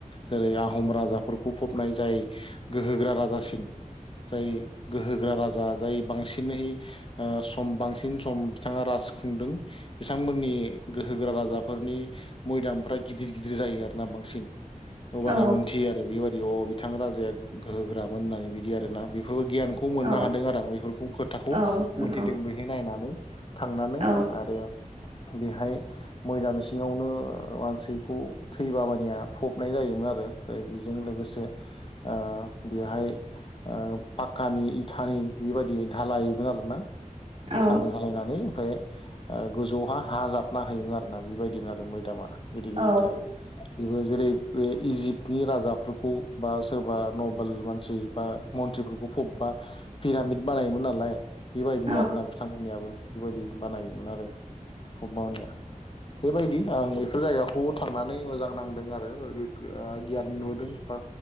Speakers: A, on the left; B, on the right.
A: जेरै आहम राजाफोरखौ फबनाय जायो गोहोग्रा राजासिन जाय गोहोग्रा राजा जाय बांसिनै ओ सम बांसिन सम बिथाङा राज खुंदों बिथांमोननि गोहो गोहोगोरा राजाफोरनि मयदामफ्रा गिदिर गिदिर जायो आरोना बांसिन। हबानिया
B: औ
A: मोनथियो आरो बेबायदि अ बिथां राजाया गोहोगोरामोन होननानै बिदि आरोना। बेफोर बो गियानखौ मोननो
B: औ
A: हादों आरो आं बेफोरखौ खोथाखौ
B: औ नंगौ
A: मोनथिदों बैहाय नायनानै। थांनानै
B: औ
A: आरो बेहाय मैदाम सिङावनो मानसिखौ थैबाबानिया फबनाय जायोमोन आरो । ओमफ्राय बेजों लोगोसे से‌ ओ बेहाय ओ पाक्कानि इथानि बेबायदि धालायोमोन आरोना।
B: औ
A: इथानि धालायनानै ओमफ्राय ओ‌ गोजौहा हा जाबना होयोमोन आरोना बेबायदिनो आरो मैदामा। गिदिर गिदिरथार
B: औ
A: बेबो जेरै बे इजिप्तनि राजाफोरखौ बा सोरबा नबेल मानसि बा मन्त्रिफोरखौ फबबा पिरामिद बानायोमोन नालाय। बेबायदिनो
B: औ
A: आरोना बिथांमोननियाबो बेबायदि बानायोमोन आरो प्रबनिया बेबायदि आं बेफोर जायगायाव बोव थांनानै मोजां नांदों आरो ओ‌ गियान नुदों बा